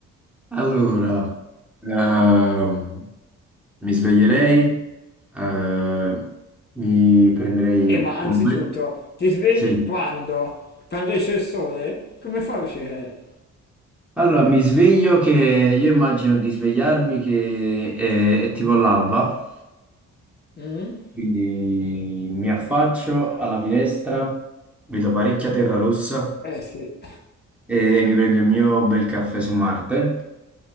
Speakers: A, in the centre; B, on the left (about 35°).
A: allora, ehm, mi sveglierei, eh, mi prenderei
B: E
A: un
B: ma anzitutto,
A: bel...
B: ti svegli
A: Sì.
B: quando? Quando esce il sole? Come fai a uscire?
A: Allora, mi sveglio che io immagino di svegliarmi che è, è tipo l'alba,
B: Mm?
A: quindi mi affaccio alla finestra, vedo parecchia terra rossa
B: Eh sì,
A: e mi prendo il mio bel caffè su Marte.